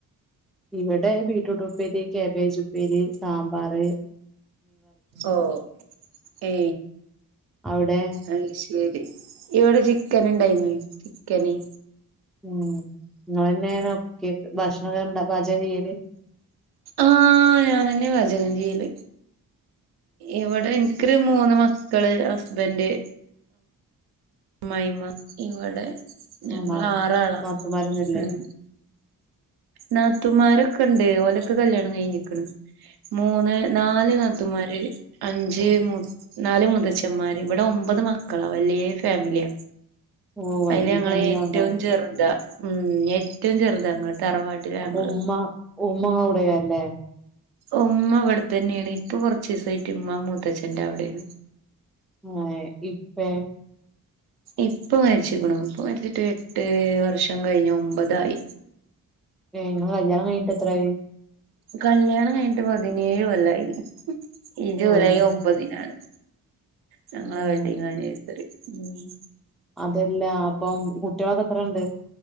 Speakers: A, in the centre; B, on the right.
A: ഇവിടെ ബീട്രൂട്ട് ഉപ്പേരി കാബേജ് ഉപ്പേരി സാമ്പാർ
B: ഓ ഹ്ഏ
A: അവിടെ
B: അ യ്ശരി ഇവടെ ചിക്കൻ ഉണ്ടായിരുന്നു ചിക്കന്
A: ഉം ഇങ്ങളന്നെ ഞോ കൊഭക്ഷണണ്ട പാചകം ചെയ്യല്
B: ആഹ് ഞാനെന്നെ പാ ചകം ചെയ്യല് ഇവിടെ എനിക്കൊരു മൂന്ന് മക്കള് ഹസ്ബന്റ്് അമ്മായിമ്മഇവിടെ ഞങ്ങള്
A: ആഹ് നാ
B: ആറാളാ
A: നാത്തൂമാരൊന്നുല്ലേ
B: ഉം നാത്തുമാരൊക്കെ ഉണ്ട് ഓലൊക്കെ കല്യാണം കഴിഞ്ഞിക്കണ് മൂന്ന് നാല് നാത്തുമാര് അഞ്ച് നാല് മുതച്ന്മാര് ഇവിടെ ഒമ്പത് മക്കളാ വലിയ ഫാമിലിയാ
A: ഓഹ് വല്യ
B: അയി ല് ഞങ്ങളെ
A: ഫാമിലി
B: ഏറ്റവും
A: ആണല്ലോ
B: ചെറുത ഉം ഏറ്റവും ചെറുത ഞങ്ങള്തറവാട്ടില
A: അപ്പൊ
B: ഞങ്ങള്
A: ഉമ്മ ഉമ്മ കൂടെയ അല്ലേ
B: ഉമ്മ വിടെ തന്നെയാണ് ഇപ്പൊ കൊറച്ച ദിവസമായിട്ട് ഉമ്മ മൂത്തച്ഛന്റെ അവിടെയാണ്
A: ആ ഇപ്പേ
B: ഇപ്പൊ മരിച്ചിരിക്കണ ഇപ്പൊ മരിച്ചിട്ട് എട്ട് വർഷം കഴിഞ്ഞു ഒമ്പതായി
A: എ കല്യാണം കഴിഞ്ഞിട്ട എത്രായി
B: കല്യാണം കഴിഞ്ഞിട്ട് പതിനേഴ് കൊല്ലം ആയി ഈ ജൂലൈ
A: ഓഹ്
B: ഒമ്പതിനാണ് ഞങ്ങ
A: ഉം
B: വെഡ്ഡിങ് ആനിിവേഴ്സറി ഉ
A: അതല്ല അപ്പം കുട്ടികളൊക്കെ എത്ര ഉണ്ട്